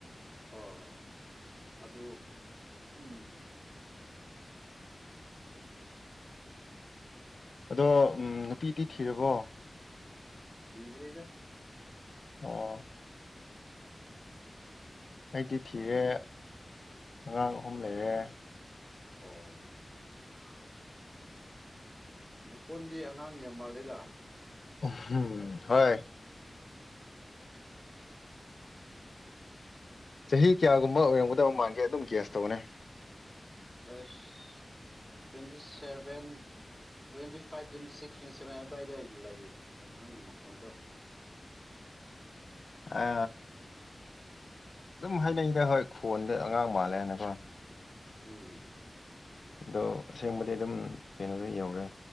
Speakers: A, on the right; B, on the left.
A: ꯍꯣꯏ ꯍꯣꯏ ꯑꯗꯨ ꯎꯝ
B: ꯑꯗꯣ ꯅꯨꯄꯤꯗꯤ ꯊꯤꯔꯕꯣ
A: ꯍ꯭ꯔꯦ ꯏꯗ
B: ꯑ
A: ꯎꯝ
B: ꯑꯩꯗꯤ ꯊꯤꯔꯦ ꯑꯉꯥꯡ ꯑꯍꯨꯝ ꯂꯩꯔꯦ
A: ꯑꯣ ꯑ ꯅꯈꯣꯟꯗꯤ ꯑꯉꯥꯡ ꯌꯥꯝ ꯃꯥꯜꯂꯦꯗ
B: ꯝ ꯍꯣꯏ ꯆꯍꯤ ꯀꯌꯥꯒꯨꯝꯕ ꯑꯣꯏꯔꯝꯒꯗꯕ ꯃꯥꯡꯒꯦ ꯑꯗꯨꯝ ꯒꯦꯁ ꯇꯧꯅꯦ
A: ꯑꯁ twenty seven twenty five twenty six twenty seven ꯑꯗꯨꯋꯥꯏꯗ ꯂꯩ ꯅꯪꯒꯤ ꯃꯣ ꯍꯗ
B: ꯑ ꯑꯗꯨꯝ ꯍꯩꯅꯩꯗ ꯍꯣꯏ ꯈꯣꯟꯗ ꯑꯉꯥꯡ ꯃꯥꯜꯂꯦ ꯍꯥꯏꯅꯀꯣ
A: ꯎꯝ
B: ꯑꯗꯣ ꯑꯁꯦꯡꯕꯗꯤ ꯑꯗꯨꯝ ꯀꯩꯅꯣꯗ ꯌꯧꯔꯦ